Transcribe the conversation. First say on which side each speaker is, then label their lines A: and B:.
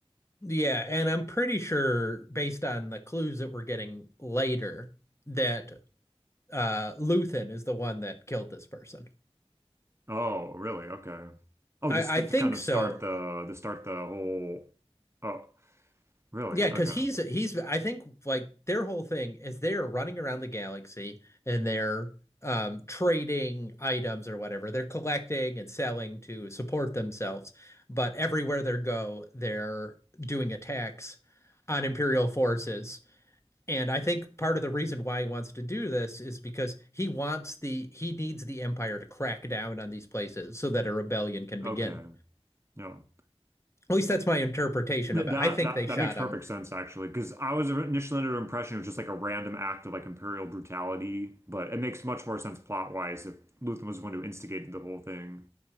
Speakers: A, on the left; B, on the right.
A: yeah and i'm pretty sure based on the clues that we're getting later that uh luthen is the one that killed this person
B: Oh, really? Okay. Oh,
A: i
B: just to,
A: i think
B: to kind of
A: so
B: start the, to start the whole, oh, really?
A: Yeah,
B: Okay.
A: because he's he's I think like their whole thing is they're running around the galaxy and they're um trading items or whatever. They're collecting and selling to support themselves, but everywhere they go, they're doing attacks on Imperial forces. And I think part of the reason why he wants to do this is because he wants the he needs the Empire to crack down on these places so that a rebellion can
B: Okay.
A: begin.
B: No.
A: At least that's my interpretation
B: Th-
A: of
B: That
A: it. I think
B: that
A: they shot
B: that makes perfect
A: him
B: sense actually, because I was initially under the impression it was just like a random act of like imperial brutality, but it makes much more sense plot wise if Luthen was the one who instigated the whole thing.